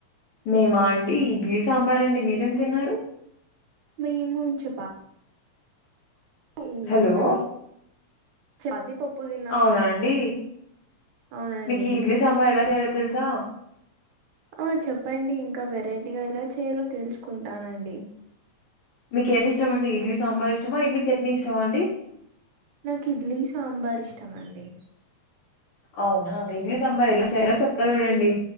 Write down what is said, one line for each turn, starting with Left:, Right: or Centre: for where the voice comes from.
Left: మేమా అండి ఇడ్లీ సాంబార్ అండి మీరేం తిన్నారు
Right: మేము చిప హ్మ్
Left: హలో
Right: అది ఛాతీ పప్పుది
Left: అవునా అండి
Right: అవునండి
Left: మీకీ ఇడ్లీ సాంబార్ ఎలా చేయలో తెలుసా
Right: హ్మ్ చెప్పండి ఇంకా వెరైటీగా ఎలా చేయాలో తెలుసుకుంటానండి
Left: మీకేమిష్టమండి ఇడ్లీ సాంబార్ ఇష్టమా ఇడ్లీ చట్నీ ఇష్టమా అండి
Right: నాకు ఇడ్లీ సాంబార్ ఇష్టమండి
Left: అవునా ఇడ్లీ సాంబార్ ఎలా చేయాలో చెప్తా చూడండి